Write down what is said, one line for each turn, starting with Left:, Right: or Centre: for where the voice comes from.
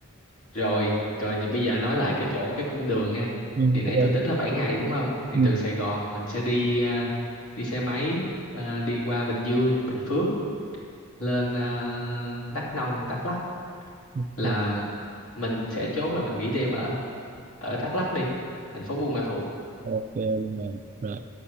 Left: Rồi, rồi thì bây giờ nói lại cái chỗ cái cung đường nha.
Right: Ừ,
Left: Thì nãy
Right: ok.
Left: tôi tính là 7 ngày đúng không? Thì
Right: Ừ,
Left: từ Sài Gòn mình sẽ đi ờ, đi xe máy ờ, đi qua Bình Dương, Bình Phước lên ờ, Đắk Nông, Đắk Lắk
Right: ok.
Left: là mình sẽ chốt là mình nghỉ đêm ở ở Đắk Lắk đi, thành phố Buôn Ma Thuột.
Right: ok luôn bạn rồi